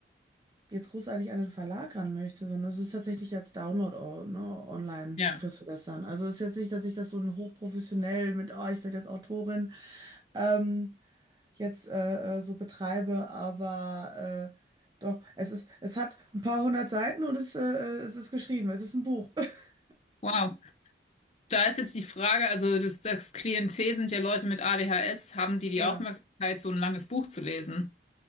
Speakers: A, on the right; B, on the left.
A: jetzt großartig an den Verlag ran möchte, sondern es ist tatsächlich als Download, o- ne, online
B: Ja.
A: kriegst du das dann. Also es ist jetzt nicht, dass ich das so hochprofessionell mit, ah, ich werde jetzt Autorin, ähm, jetzt äh, äh, so betreibe, aber äh, doch, es ist, es hat ein paar hundert Seiten und es, äh, äh, es ist geschrieben, es ist ein Buch. <laughs>
B: Wow. Da ist jetzt die Frage, also das, das Klientel sind ja Leute mit ADHS, haben die die
A: Genau.
B: Aufmerksamkeit, so ein langes Buch zu lesen?